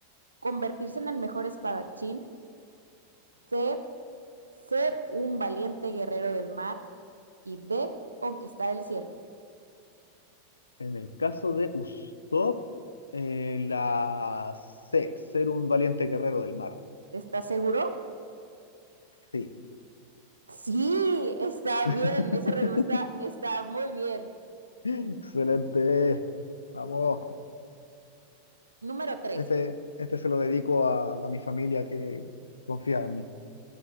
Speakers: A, on the right; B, on the left.
A: convertirse en el mejor espadachín. C, ser un valiente guerrero del mar. Y D, conquistar el cielo.
B: En el caso de Usopp, eh, la C, ser un valiente guerrero del mar.
A: ¿Estás seguro?
B: Sí.
A: Sí, está
B: <laughs>
A: bien. Esa respuesta está muy bien.
B: Excelente. Vamos,
A: Número 13.
B: este, este se lo dedico a, a mi familia que confía en mí.